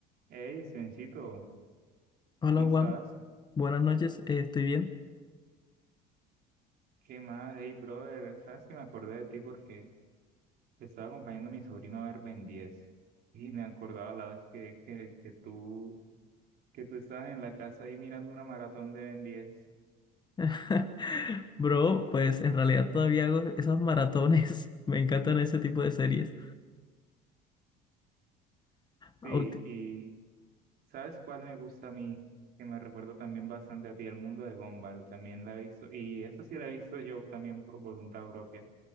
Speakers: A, on the right; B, on the left.
A: Hey, Sencito,
B: Hola
A: ¿cómo
B: Juan,
A: estás?
B: buenas noches, eh, estoy bien.
A: ¿Qué más? Hey, brother, ¿sabes que me acordé de ti porque te estaba acompañando a mi sobrino a ver Ben 10 y me acordaba la vez que, que, que tú, que tú estabas en la casa ahí mirando una maratón de Ben 10.
B: <laughs> Bro, pues en realidad todavía hago esos maratones, <laughs> me encantan ese tipo de series. Ah,
A: Sí,
B: ulti-
A: y ¿sabes cuál me gusta a mí? Que me recuerda también bastante a ti, el mundo de Gumball, también la he visto, y eso sí la he visto yo también por voluntad propia.